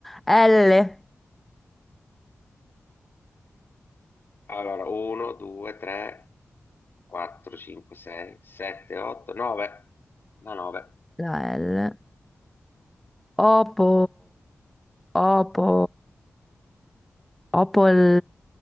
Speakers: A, in the centre; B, on the left (about 45°).
A: L,
B: Allora, 1, 2, 3, 4, 5, 6, 7, 8, 9. Da 9.
A: la L. Opo, opo, opol,